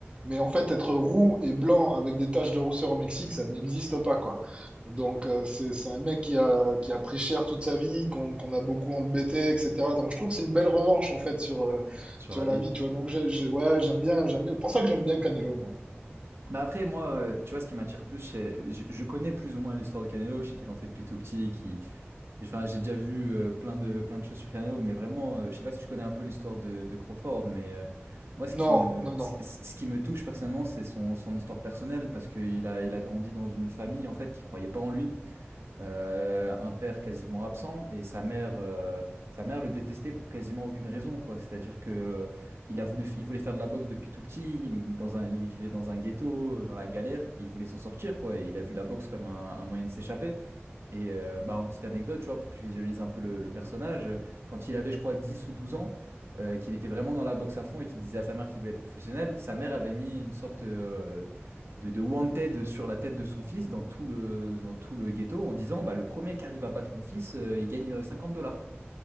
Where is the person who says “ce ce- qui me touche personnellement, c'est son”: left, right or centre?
Right